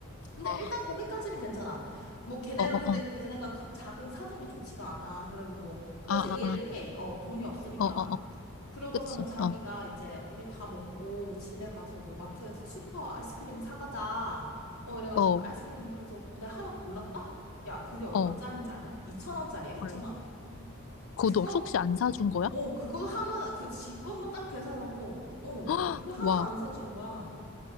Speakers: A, on the left; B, on the left.
A: 근데
B: 어,
A: 일단 거기까지는 괜찮아. 뭐 걔네가
B: 어, 어,
A: 근데
B: 어.
A: 걔네가 가- 자금 사정이 좋지가 않아. 그리고 뭐 그래서
B: 아, 아,
A: 이해를
B: 아.
A: 해. 어 돈이 없으니까.
B: 어, 어, 어.
A: 그러고서는
B: 그치.
A: 자기가
B: 어,
A: 이제 우리 다 먹고 집에 가서 뭐 마트에서 슈퍼 아이스크림을 사가자. 어, 이래가지고
B: 어,
A: 아이스크림 그래서 "어, 내가 하나 골랐다? 야, 그게 얼마짜린지
B: 어.
A: 아냐? 2천원짜리야2천원
B: 얼마. 그것도
A: 그거,
B: 혹시 안 사준 거야?
A: 어, 그거 하나, 그 지 것만 딱 계산하고, 어,
B: <gasps> 헉!
A: 그거 하나
B: 와,
A: 안 사주는 거야.